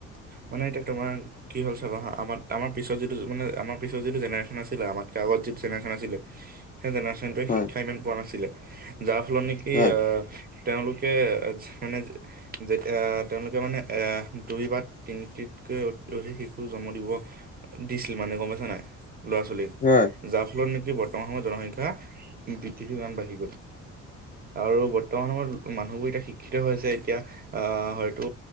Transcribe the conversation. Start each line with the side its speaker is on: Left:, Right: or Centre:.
Right: মানে এতিয়া তোমাৰ কি হ'ল চাবা হা। আমাৰ আমাৰ পিছত যিটো মানে আমাৰ পিছত যিটো জেনেৰেশন আছিলে। আমাতকে আগত যিট জেনেৰেশন আছিলে। সেই জেনেচনটোৱে
Left: হয়
Right: শিক্ষা ইমান পোৱা নাছিলে। যাৰ ফলত নিকি
Left: হয়
Right: অহ তেওঁলোকে মানে যেতিয়া তেওঁলোকে মানে এ দুই বাট তিনটিতকে অধিক শিশু জন্ম দিব দিছিল মানে গম পাইছা নাই ল'ৰা ছোৱালী
Left: হয়
Right: যাৰ ফলত নিকি বৰ্তমান সময়ত জনসংখ্যা বৃদ্ধি ইমান বাঢ়ি গ'ল আৰু বৰ্তমান সময়ত মানুহবোৰ এতিয়া শিক্ষিত হৈছে এতিয়া আহ হয়তো